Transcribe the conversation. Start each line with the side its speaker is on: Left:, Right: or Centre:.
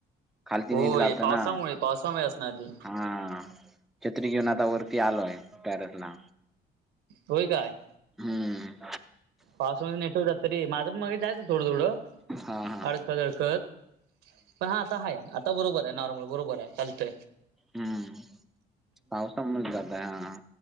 Centre: खालती
Right: होय
Centre: नीट जात
Right: पावसामुळे
Centre: ना
Right: पावसामुळे असणार की,
Centre: हा छत्री घेऊन आता वरती आलोय टेरेसला.
Right: होय काय.
Centre: हम्म,
Right: पावस नेटवर्क जात तरी माझं पण मग जायचं थोडं थोडं
Centre: हा हा
Right: अड ''--'' खदळकत पण हा आता आहे आता बरोबर आहे नॉर्मल बरोबर आहे हल्थ.
Centre: हम्म, पावसामुळ जातय हा,